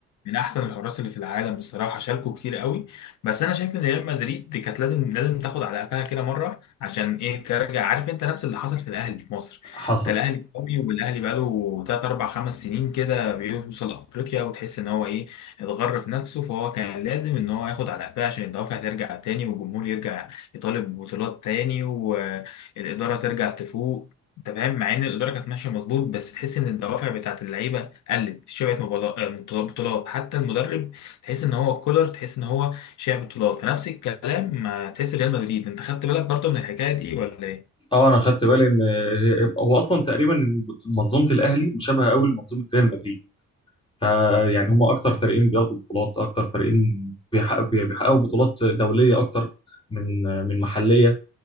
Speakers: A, on the left; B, on the left.
A: من احسن الحراس اللي في العالم الصراحه شاركوا كتير قوي بس انا شايف ان ريال مدريد كانت لازم لازم تاخد على قفاها كده مره عشان ايه ترجع عارف انت نفس اللي حصل في الاهلي في مصر
B: حصل
A: انت الاهلي قوي والاهلي بقاله 3 4 5 سنين كده بيوصل افريقيا وتحس ان هو ايه اتغر في نفسه فهو كان لازم ان هو ياخد على قفاه عشان الدوافع ترجع تاني والجمهور يرجع يطالب ببطولات تاني والاداره ترجع تفوق انت فاهم مع ان الاداره كانت ماشيه مظبوط بس تحس ان الدوافع بتاعت اللعيبه قلت في شبعت مبالا- آه، بطولات حتى المدرب تحس ان هو كولر تحس ان هو شبع بطولات فنفس الكلام مع تحس ريال مدريد انت خدت بالك برضه من الحكايه دي ولا ايه
B: اه انا خدت بالي ان هي- هو اصلا تقريبا إن منظومه الاهلي مشابهه قوي لمنظومه ريال مدريد فيعني هم اكتر فريقين بياخدوا بطولات اكتر فريقين بيحقق- بي- بيحققوا بطولات دوليه اكتر من من محليه